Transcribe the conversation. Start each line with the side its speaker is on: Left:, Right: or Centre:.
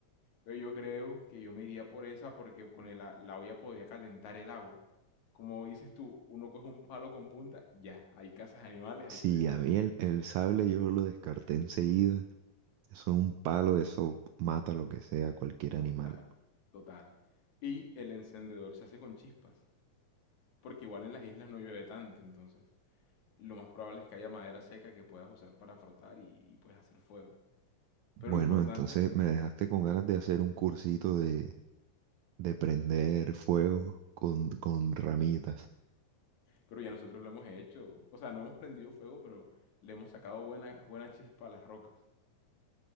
Left: Pero yo creo que yo me iría por esa porque con el a- la olla podría calentar el agua. Como dices tú, uno coge un palo con punta, y ya, hay cazas animales,
Right: Sí,
Left: ahí te defiendes.
Right: a mí el, el sable yo lo descarté enseguida. Eso es un palo, eso mata lo que sea, cualquier
Left: Total,
Right: animal.
Left: total. Y el encendedor se hace con chispas, porque igual en las islas no llueve tanto, entonces lo más probable es que haya madera seca que puedas usar para frotar y, y puedes hacer fuego.
Right: Bueno,
Left: Pero importante,
Right: entonces me dejaste con ganas de hacer un cursito de, de prender fuego con, con ramitas.
Left: pero ya nosotros lo hemos hecho, o sea, no hemos prendido fuego, pero le hemos sacado buena, buena chispa a las rocas.